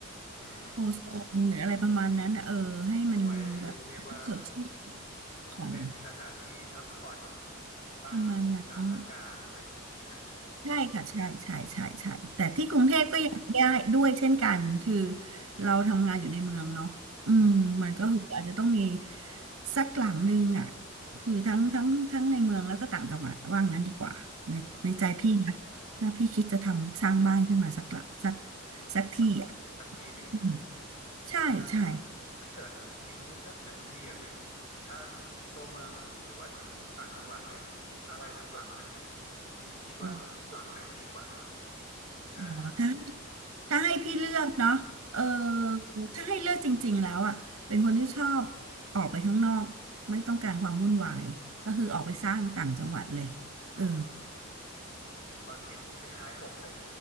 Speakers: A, on the left; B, on the right.
A: อืม
B: โฮโซนหรืออะไรประมาณนั้นอะเออให้มันแบบ
A: เอาไว้เรียกว่า
B: สดชื่นพักผ่อน
A: เป็นสถานที่พักผ่อนบ้านตากอากาศอะไรอย่างนี้นะฮะ
B: ประมาณนั้น ใช่ค่ะใช่ใช่ใช่ใช่แต่ที่กรุงเทพก็อยากได้ด้วยเช่นกันคือ
A: อืม
B: เราทำงานอยู่ในเมืองเนาะอืมมันก็คืออาจจะต้องมี
A: อืม
B: สักหลังนึงอ่ะคือทั้งทั้งทั้งในเมืองแล้วก็ต่างจังหวัดว่างั้นดีกว่าในในใจพี่นะถ้าพี่คิดจะทำสร้างบ้านขึ้นมาสักหลังสัก
A: อืม
B: สักที่อ่ะ
A: สักสักทีหนึ่งนะฮะ
B: อืมใช่ใช่
A: อ่าถ้าเกิดมีให้เลือกหนึ่งที่อะพี่ถ้าตัวเมืองหรือว่าต่างจังหวัดเลยอะไรสักหลังหนึ่งเนี่ยพี่คิดว่าหลังไหนดีกว่า
B: อ
A: อ่า
B: ๋อถ้า ถ้าให้พี่เลือกเนาะเออ
A: ครับ
B: ถ้าให้เลือกจริงๆแล้วอ่ะ เป็นคนที่ชอบออกไปข้างนอกไม่ต้องการความวุ่นวายก็คือออกไปสร้างต่างจังหวัดเลยเออ
A: อืม เป็นความคิดคล้ายๆผมเลย